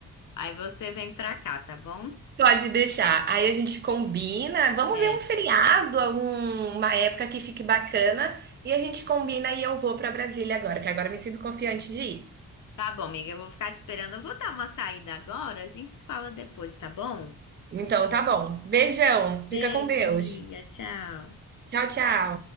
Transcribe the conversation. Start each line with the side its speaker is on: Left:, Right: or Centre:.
Left: Aí você vem pra cá, tá bom?
Right: Pode deixar. Aí a gente combina, vamos
Left: É.
Right: ver um feriado, um uma época que fique bacana, e a gente combina e eu vou pra Brasília agora, que agora eu me sinto confiante de ir.
Left: Tá bom, amiga, eu vou ficar te esperando. Eu vou dar uma saída agora, a gente se fala depois, tá bom?
Right: Então tá bom. Beijão,
Left: Beijo,
Right: fica com Deus.
Left: amiga. Tchau.
Right: Tchau, tchau.